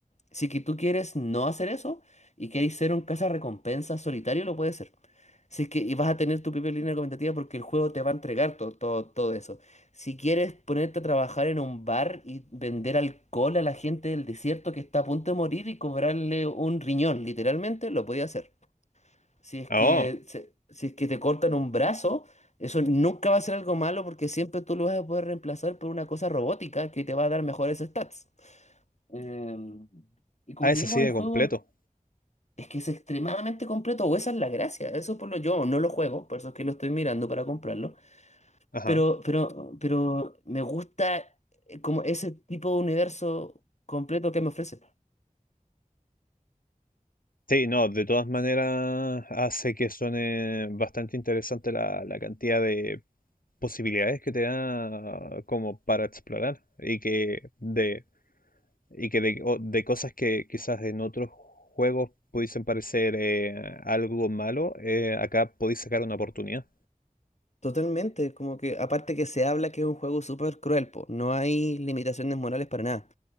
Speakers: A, on the left (about 55°); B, on the left (about 80°).
A: Si que tú quieres no hacer eso y quieres ser un recompensa solitario, lo puedes ser. Si es que y vas a tener tu propia línea argumentativa porque el juego te va a entregar to- to- todo eso. Si quieres ponerte a trabajar en un bar y vender alcohol a la gente del desierto que está a punto de morir y cobrarle un riñón, literalmente, lo podías hacer. Si es
B: Ah,
A: que,
B: Oh,
A: se- si es que te cortan un brazo, eso nunca va a ser algo malo porque siempre tú lo vas a poder reemplazar por una cosa robótica que te va a dar mejores stats. Em, y como
B: ah,
A: te
B: es
A: digo,
B: así de
A: el juego
B: completo.
A: es que es extremadamente completo, o esa es la gracia. Eso por lo yo no lo juego, por eso es que lo estoy mirando para comprarlo.
B: Ajá.
A: Pero, pero, pero me gusta eh, como ese tipo de universo completo que me ofrece.
B: Sí, no, de todas maneras hace que suene bastante interesante la, la cantidad de posibilidades que te da como para explorar y que de, y que de, o- de cosas que quizás en otros juegos pudiesen parecer eh, algo malo, eh, acá podéis sacar una oportunidad.
A: Totalmente, como que aparte que se habla que es un juego súper cruel, po, no hay limitaciones morales para nada.